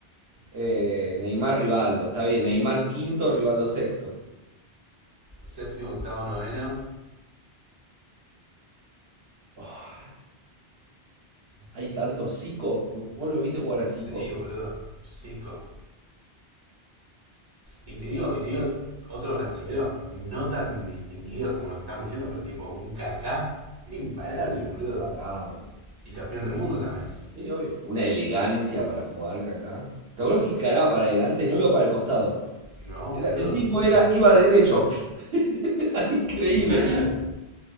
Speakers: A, on the right; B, on the right.
A: Eh, Neymar Rivaldo, está bien. Neymar quinto, Rivaldo sexto.
B: Séptimo, octavo, noveno.
A: Oh, hay tanto. Zico, ¿vos lo viste jugar a Zico?
B: Sí, boludo. Cico. Y te digo, y te digo, otros brasileros no tan distinguidos como lo que estamos diciendo, pero tipo un Kaká. Era imparable, boludo.
A: Pará,
B: Y campeón
A: un-
B: del mundo también.
A: sí, obvio. Una elegancia para jugar que acá. ¿Te acuerdas que encaraba para adelante? y No iba para el costado.
B: No,
A: Era-
B: boludo.
A: el tipo
B: Imposible.
A: era, iba derecho. <laughs> Era Increíble.
B: Imparable.
A: Y,